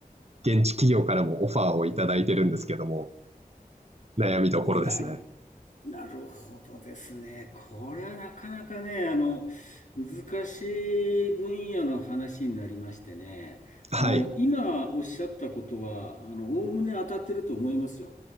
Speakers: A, on the right (about 45°); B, on the left (about 55°).
A: 現地企業からもオファーをいただいてるんですけども悩みどころですね
B: なるなるほどですね。これはなかなかね、あの、難しい分野の話になりましてね。
A: はい
B: あの、今おっしゃったことは、あの、おおむね当たってると思いますよ。